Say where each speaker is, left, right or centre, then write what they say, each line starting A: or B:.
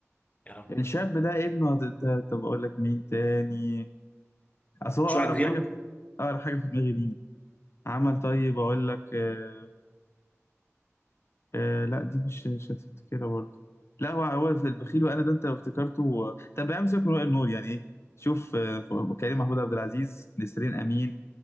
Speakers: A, on the left (about 30°); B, on the left (about 55°).
A: يا رب
B: يعني الشاب ده ابنه هت- ت- طب أقول لك مين تاني أصل هو
A: مش
B: أقرب
A: واحد غيره
B: حاجة في أقرب حاجة في دماغي ليه عمل طيب أقول لك آه آه لا دي مش مش هتفتكرها برضه لا هو هو في البخيل وأنا ده أنت افتكرته طب يا عم سيبك من وائل نور يعني إيه شوف آه، كريم محمود عبد العزيز نسرين أمين